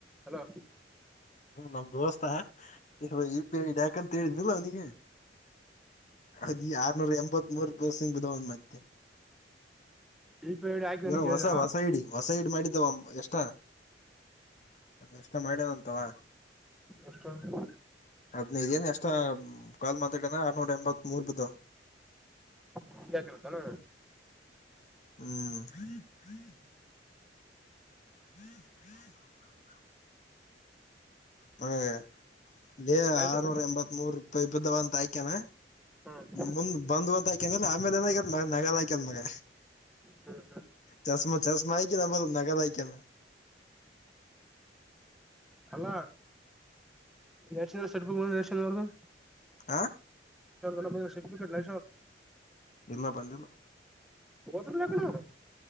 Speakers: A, in the centre; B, on the left.
A: ಹಲೋ
B: ಹ್ಮ ನಮ್ದ ದೋಸ್ತಾ ಇ ಇಬ ಯಾಕಂತ ಹೇಳಿದ್ಿಲ್ಲ ಅವನಿಗೆ ಅದಿ ಆರ್ನೂರ ಎಂಬತ್ ಮೂರು ಪಸಿಂಗ್ ಬಧ ಒನ್ ಮಧ್ಯೆ
A: ಯು ಪಿ ಐ ಡಿ ಹಾಕಿದ
B: ಇ
A: ನಿಗೆ ಹೇಳಿದನ
B: ಹೊಸ ಹೊಸ ಇಡಿ ಹೊಸ ಇಡ್ ಮಾಡಿದ್ದಾವ ಎಷ್ಟ ಎಷ್ಟ ಮಾಡ್ಯನಂತವಾ
A: ಎಷ್ಟೊಂದು
B: ಹದ್ನೈದ ಏನ್ ಎಷ್ಟ ಕಾಲ್ ಮಾತಾಡನ ಆರ್ನೂರ ಎಂಬತ್ ಮೂರ್ ಬ್ದ
A: ಹ ಯಾಕತ್ತಾನ
B: ಹ್ಮ್್ಮ್ಮ <inaudible> ಹ್ಮ್ ಹ್ಮ್ <inaudible> <inaudible> ಹಲ್ಲೇ
A: ನಡ್ಸು
B: ಆರ್ನೂರ ಎಂಬತ್ ಮೂರು ರೂಪಾಯಿ ಬಿದ್ದಾವ ಅಂತ ಆಾಕ್ಯನಾ
A: ಹ್ಮ ಹ್ಮ್
B: ಮುಂದ್ ಬಂದ್ ಅಂತ ಆಯ್ಕೇನಲ್ ಆಮೇಲೆ ಏನ ಆಗ್ಯತ್ ಮಗ ನಗಾಲ ಆಯಕನ್ ಮಗ
A: ಹ್ಮ್
B: ಚಸ್್ಮಾ ಚಸ್್ಮಾ ಆಯಕ ನಮ್ಮತ್ತ ನಗದ ಆಯಕಣ
A: ಅಲ್ಲ ಎರ್ ಚ ಸಪ ಎಡ್ ಚರ್ಗ <inaudible>
B: ಆ
A: ನಲ್ಲ ಸಟಿಟ್ ನ
B: ಇಲ್ಲ ಪಲ್ಲಿಿಲ್ಲ
A: ಬತ್ತಲು ನಕಣ <inaudible>